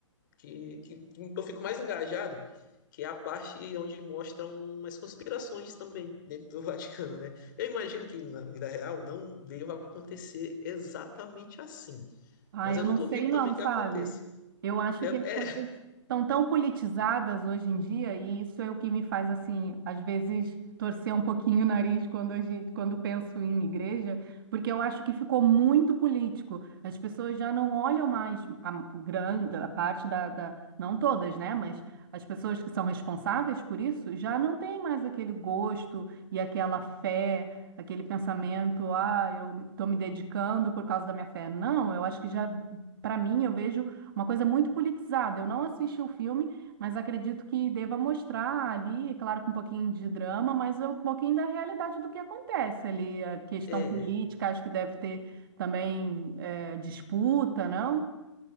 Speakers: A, on the left; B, on the right.
A: que, que eu fico mais engajado, que é a parte onde mostram umas conspirações também dentro do <laughs> Vaticano, né? Eu imagino que na vida real não deva acontecer exatamente assim,
B: Ah,
A: mas
B: eu
A: eu
B: não
A: não duvido
B: sei não,
A: também que
B: sabe?
A: aconteça.
B: Eu acho
A: Eu-
B: que as
A: é,
B: coisas estão tão politizadas hoje em dia e isso é o que me faz, assim, às vezes torcer um pouquinho o nariz quando, a gente, quando penso em igreja, porque eu acho que ficou muito político. As pessoas já não olham mais a grande, a parte da, da... Não todas, né? Mas as pessoas que são responsáveis por isso já não têm mais aquele gosto e aquela fé aquele pensamento, ah, eu estou me dedicando por causa da minha fé. Não, eu acho que já, para mim, eu vejo uma coisa muito politizada. Eu não assisti o filme, mas acredito que deva mostrar ali, claro, com um pouquinho de drama, mas um pouquinho da realidade do que acontece ali. A questão
A: é,
B: política, acho que deve ter também eh, disputa, não?